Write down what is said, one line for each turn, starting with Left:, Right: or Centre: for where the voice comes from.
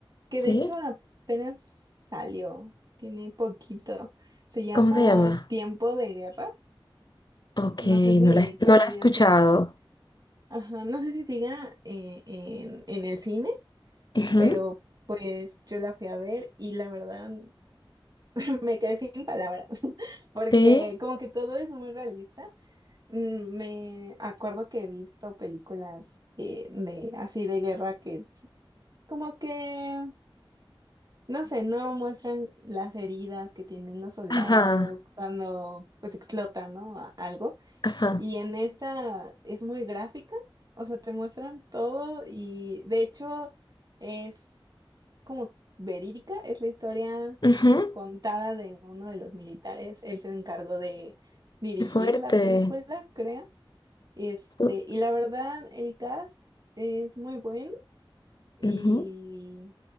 Right: que
Left: sí.
Right: de hecho apenas salió, tiene poquito. Se llama
Left: ¿Cómo se llama?
Right: Tiempo de Guerra.
Left: Ok,
Right: No sé si
Left: no la,
Right: todavía
Left: no la he escuchado.
Right: sigue, ajá, no sé si siga eh, en en el cine.
Left: Ujú,
Right: pero pues yo la fui a ver y la verdad <clears throat> me quedé sin palabras, <laughs> porque
Left: Sí.
Right: como que todo es muy realista. Mm, Me acuerdo que he visto películas eh, de así de guerra que es como que, no sé, no muestran las heridas que tienen los soldados
Left: Ajá,
Right: cuando pues explota, ¿no? a- Algo.
Left: ajá.
Right: Y en esta es muy gráfica, o sea, te muestran todo y de hecho es como verídica, es la historia
Left: Ujú,
Right: contada de uno de los militares. Él se encargó de dirigir
Left: Qué fuerte.
Right: la película, creo. Este,
Left: Su-
Right: y la verdad, el cast es muy bueno y,
Left: ujú,